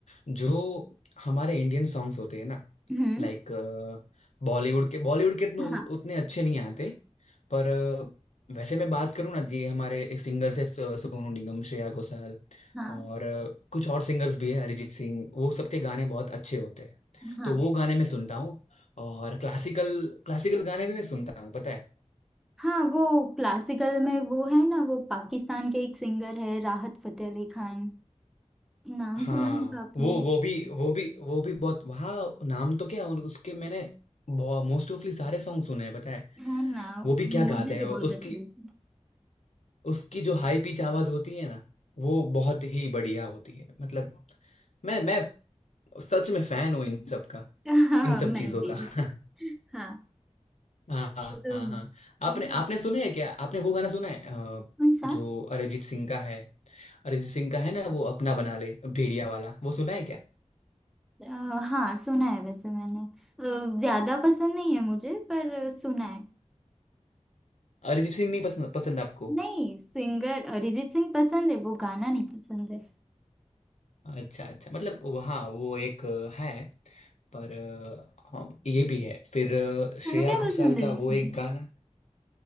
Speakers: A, on the left (about 70°); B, in the centre.
A: जो हमारे इंडियन सॉन्ग्स होते हैं ना
B: हम्म
A: लाइक बॉलीवुड के बॉलीवुड के इतने
B: हाँ
A: उतने अच्छे नहीं आते पर अ, वैसे मैं बात करूँ ना जी हमारे सिंगर्स है सोनू निगम श्रेया घोषाल
B: हाँ
A: और अ, कुछ और सिंगर्स भी है अरिजीत सिंह वो सबके गाने बहुत अच्छे होते हैं
B: हाँ
A: तो वो गाने मैं सुनता हूँ और क्लासिकल क्लासिकल गाने भी मैं सुनता हूँ पता है
B: हाँ वो क्लासिकल में वो है ना वो पाकिस्तान के एक सिंगर है राहत फतेह अली खान नाम
A: हाँ
B: सुना होगा आपने
A: वो वो भी वो भी वो भी बहुत वहाँ नाम तो क्या उन उसके मैंने मोस्ट ऑफली सारे सॉन्ग सुने हैं पता है
B: है ना
A: वो भी क्या
B: मुझे
A: गाते
B: भी
A: हैं वो
B: बहुत
A: उसकी
B: अच्छा लगता है
A: उसकी जो हाई पिच आवाज होती है ना वो बहुत ही बढ़िया होती है मतलब मैं मैं सच में फैन हूँ इन सब का
B: हाँ
A: इन सब
B: मैं
A: चीजों
B: भी
A: का <laughs>
B: हाँ
A: हाँ हाँ
B: तो
A: हाँ आपने
B: वो
A: आपने सुना है क्या आपने वो गाना सुना है अ,
B: कौन सा
A: जो अरिजीत सिंह का है अरिजीत सिंह का है ना वो अपना बना ले भेड़िया वाला वो सुना है क्या
B: अ, हाँ सुना है वैसे मैंने अ, ज्यादा पसंद नहीं है मुझे पर अ, सुना है
A: अरिजीत सिंह नहीं पसंद पसंद आपको
B: नहीं सिंगर अरिजीत सिंह पसंद है वो गाना नहीं पसंद है
A: अच्छा अच्छा मतलब वो- हाँ वो एक अ, है पर अ, हाँ ये भी है फिर अ, श्रेया
B: तुम्हें क्या
A: घोषाल
B: पसंद
A: का
B: है
A: वो
B: उसमें
A: एक गाना